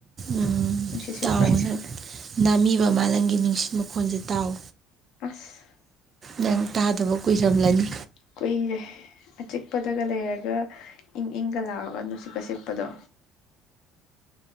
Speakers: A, on the right; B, on the left.
A: ꯎꯝ
B: ꯅꯨꯡꯁꯤꯠꯁꯤꯠꯄ꯭ꯔꯥ
A: ꯇꯥꯎꯑꯣ ꯅꯪ ꯅꯥꯃꯤꯕ ꯃꯥꯂꯪꯒꯤ ꯅꯨꯡꯁꯤꯠ ꯃꯈꯣꯟꯁꯦ ꯇꯥꯎ
B: ꯑꯁ
A: ꯅꯪ ꯇꯥꯗꯕ ꯀꯨꯏꯔꯝꯂꯅꯤ
B: ꯀꯨꯏꯔꯦ ꯑꯆꯤꯛꯄꯗꯒ ꯂꯩꯔꯒ ꯏꯪ ꯏꯪꯒ ꯂꯥꯎꯒ ꯅꯨꯡꯁꯤꯠꯀ ꯁꯤꯠ ꯄꯥꯗꯣ